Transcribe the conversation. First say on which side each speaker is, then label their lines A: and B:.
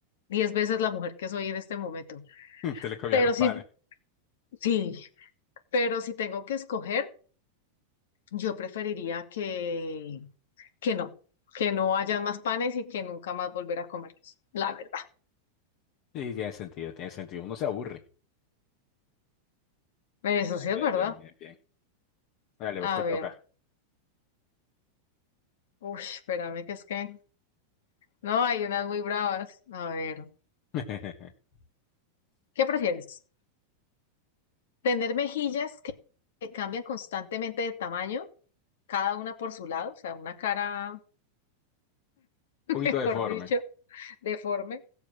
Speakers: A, on the left (about 80°); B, on the left (about 40°).
A: diez veces la mujer que soy en este momento.
B: <laughs> te le comían
A: Pero
B: los
A: sí,
B: panes.
A: sí, pero si tengo que escoger, yo preferiría que, que no, que no haya más panes y que nunca más volver a comerlos. La verdad.
B: Sí, tiene sentido, tiene sentido. Uno se aburre.
A: Eso
B: Bien,
A: sí es
B: bien,
A: verdad.
B: bien, bien, bien. Dale,
A: A
B: pues te
A: ver,
B: toca.
A: uy, espérame que es que, no, hay unas muy bravas. A ver,
B: <laughs> Un
A: ¿qué prefieres? ¿Tener mejillas que que cambian constantemente de tamaño? cada una por su lado, o sea, una cara <laughs>
B: poquito
A: mejor
B: deforme.
A: dicho, deforme,